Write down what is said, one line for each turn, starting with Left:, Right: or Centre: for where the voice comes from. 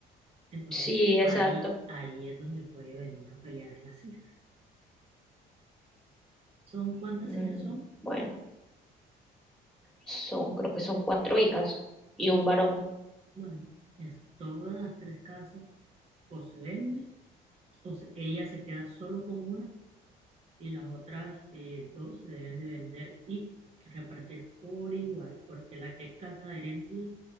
Right: Entonces,
Centre: Sí,
Right: ahí,
Centre: exacto.
Right: ahí es donde puede venir a pelear las hijas. ¿Son cuántas
Centre: Mm,
Right: hijas son?
Centre: bueno, son, creo que son cuatro hijas y un varón.
Right: Bueno, es todas las tres casas o se venden o se- ella se queda solo con una y las otras eh, dos se deben de vender y repartir por igual, porque la que es casa de herencia,